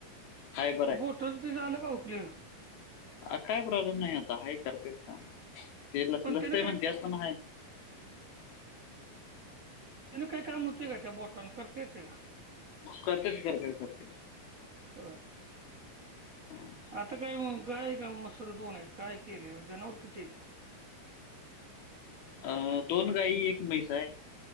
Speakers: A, on the left; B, on the right.
A: आहे, बरं
B: ते
A: आहे.
B: बोटचा ते झालं का ओ क्लियर.
A: अ काय प्रॉब्लेम नाही आता ह करतेस का तेस लसतय
B: पण त्यानं काय
A: म्हण त्यास् पण आहे.
B: तिने काही काय होती का त्या बोटांन. करता येतय का.
A: करतात करतात करत्यात.
B: हो
A: हां.
B: आता काय मग? काय का मसर दोन आहेत काय केले जनावर किती आहेत?
A: अ दोन गाई एक मैस आहे.